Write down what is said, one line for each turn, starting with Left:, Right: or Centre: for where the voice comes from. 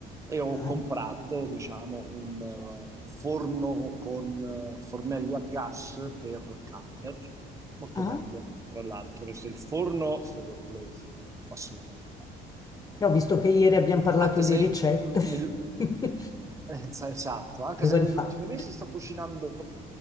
Right: e ho
Left: dai.
Right: comprato, diciamo, un eh, forno con eh, fornelli a gas per camper. Molto
Left: Ah,
Right: bello, tra l'altro, perché il forno lo volevo assolutamente.
Left: ho visto che ieri abbiamo parlato
Right: Anche
Left: di
Right: se
Left: ricette.
Right: mh, negli-
Left: <laughs>
Right: eh, es- Esatto, anche
Left: Dove
Right: se negli
Left: le fa?
Right: ultimi mesi sto cucinando